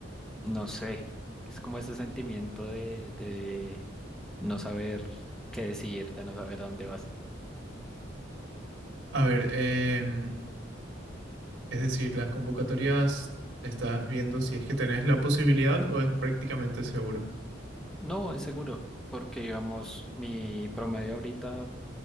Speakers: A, in the centre; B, on the right (about 80°).
A: No sé. Es como ese sentimiento de, de no saber qué decidir, de no saber a dónde vas.
B: A ver, em, es decir, las convocatorias estás viendo si es que tenés la posibilidad o es prácticamente seguro.
A: No, es seguro. Porque digamos, mi promedio ahorita